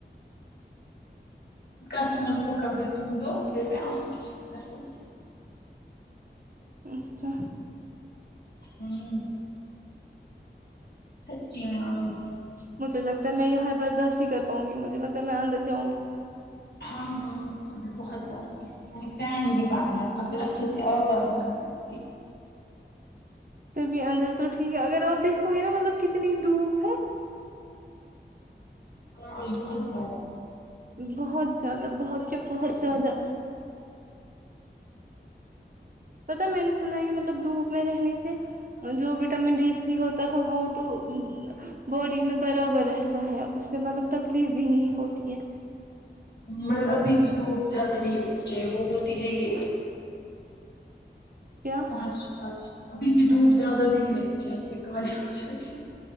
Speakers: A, on the left (about 60°); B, on the right (about 50°).
A: کسٹمبرس کو کبھی تم دو پھر میں آؤنگی کسٹمبرس
B: اچھا
A: ھمم سچی میں آؤں گی
B: مجھے لگتا ہے میں یہاں برداشت نہیں کر پاؤنگی مجھے لگتا ہے میں اندر جاؤںگی
A: ہاں ہاں ابھی بہت گرمی ہے میں نے فین بھی بند رکھا ہے اور پھر اچھے سے آواز نہیں آتی
B: پھر بھی اندر تو ٹھیک ہے اگر آپ دیکھو گے نا مطلب کتنی دھوپ ہے
A: ہاں بہت ہے
B: بہت زیادہ بہت کیا بہت زیادہ پتا ہے میں نے سنا ہے کہ مطلب دھوپ میں رہنے سے جو وٹامن ڈی تری ہوتا ہے وہ تو باڈی میں برابر رہتا ہے اس سے مطلب تکلیف بھی نہیں ہوتی ہے
A: مگر ابھی کی تو زیادہ نہیں لگنی چاہیے وہ ہوتی ہے یہ
B: کیا
A: مارچ مارچ ابھی کی دھوپ زیادہ بھی ہے جیسے کالے ہو جاتے